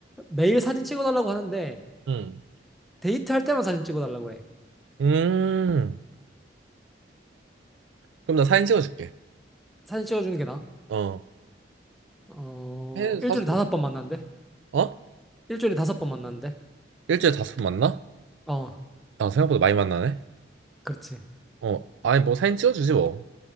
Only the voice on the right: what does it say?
음.
음. 그럼 나 사진 찍어줄게.
어.
해 사서
어?
일주일에 다섯 번 만나?
아, 생각보다 많이 만나네.
어, 아니 뭐 사진 찍어주지 뭐.